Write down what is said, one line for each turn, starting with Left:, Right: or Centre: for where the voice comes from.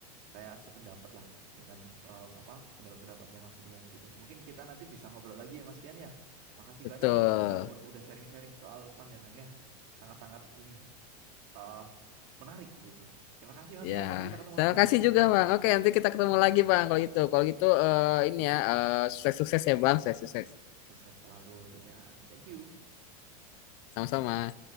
Right: Saya sependapat lah dengan eh, apa pendapat-pendapatnya Mas Rian gitu. Mungkin kita nanti bisa ngobrol lagi ya Mas Rian ya. Makasih
Left: Betul.
Right: banyak loh udah mau ber- udah sharing-sharing soal pandangannya sangat-sangat ini eh menarik gitu. Terima kasih Mas
Left: Ya,
Right: Rian. Nanti kita ketemu
Left: saya
Right: lagi.
Left: kasih juga, Bang. Oke, nanti kita ketemu lagi, Bang, kalau gitu. Kalau gitu eh, ini ya, eh, sukses-sukses ya, Bang. Sukses-sukses.
Right: Sukses selalu, Rian. Thank you.
Left: Sama-sama.